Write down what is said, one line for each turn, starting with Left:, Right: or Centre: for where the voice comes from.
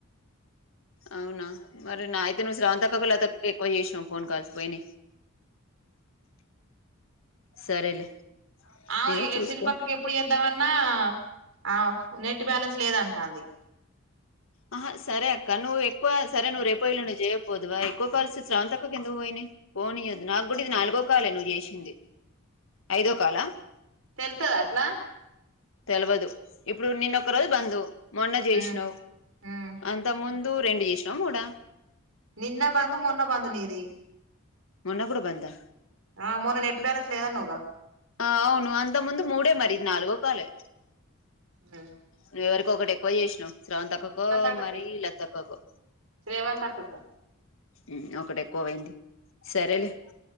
Left: అవునా మరి నా అయితే నువ్వు స్రవంతి అక్కకు లత అక్కకు ఎక్కువ చేసినవ్ ఫోన్ కాల్స్ పోయినాయ్ సరేలే
Right: ఆ
Left: నేను
Right: ఎ
Left: చూసుకో
Right: శిల్పక్కకి ఎప్పుడు చేద్దామన్నా ఆ నెట్ బాలన్స్ లేదన్ టాది
Left: ఆహా సరే అక్క నువ్వు ఎక్కువ సరే నువ్వు రేపో యెలుండో చేయకపోతివా ఎక్కువ కాల్స్ శ్రావంతకు ఎందుకు పోయినాయి పోనీయ్యోదు నాకు కూడా ఇది నాలుగో కాలే నువ్వు చేసింది ఐదో కాలా
Right: తెలుతద అట్లా
Left: తెలివదు ఇప్పుడు నిన్నొ ఒక రోజు బంద్ మొన్న చేసినావ్
Right: ఉమ్ ఉమ్
Left: అంత ముం దు రెండు చేసినావ్ మూడా
Right: నిన్న బంద్ మొన్న బంద్ నీది
Left: మొన్న కూడా బందా
Right: ఆ మొన్న నెట్ బాలెన్స్ లేదన్నవ్ గా
Left: ఆ అవును అంతకు ముందు మూడే మరి ఇది నాలుగో కాలే
Right: అ
Left: నువ్వు ఎవరికో ఒకటి ఎక్కువ చేసినావ్ శ్రవణతక్కకో
Right: అక్కకే
Left: మరి లతక్కకో
Right: రేవంత్ అక్కకు
Left: హ్మ్ ఒకటి ఎక్కువ పోయింది సరేలే